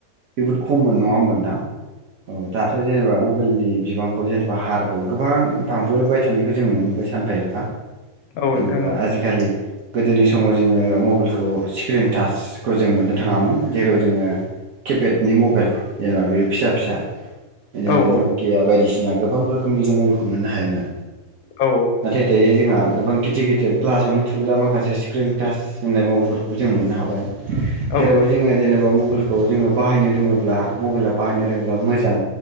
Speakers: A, on the right (about 70°); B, on the left (about 75°).
A: जोबोद खममोन नङा होमबा नोंथां औ दाथ' जेनेबा मबाइला मबेलनि बिबांखौ जेनेबा हारखौ गोबां बांबोबाय थानायखौ जों नुनो मोनबाय सानफा एफा
B: औ
A: जेनेबा
B: नोंथां औ
A: आजिखालि गोदोनि समाव जोङो मबाइल मबाइलखौ स्क्रिन टाच खौ जों मोननो थाङामोन जेराव जोङो किपेडनि मबाइल जेनेबा बे फिसा फिसा बिदिनो
B: औ
A: नकिया बायदिसिना सिना गोबां रोखोमनि जों मबाइलखौ मोननो हायोमोन
B: औ
A: नाथाय दायो जोंहा गोबां गिदिर गिदिर ग्लास आवनो थुग्रा दा माखासे स्क्रिन टाच होननाय मबाइलफोरखौबो जों मोननो हाबाय जेरावहाय
B: औ
A: जोङो जेनेबा मबाइल मबाइलखौ जोङो बाहायनो रोङोब्ला मबाइला बाहायनो रोङोब्ला मोजां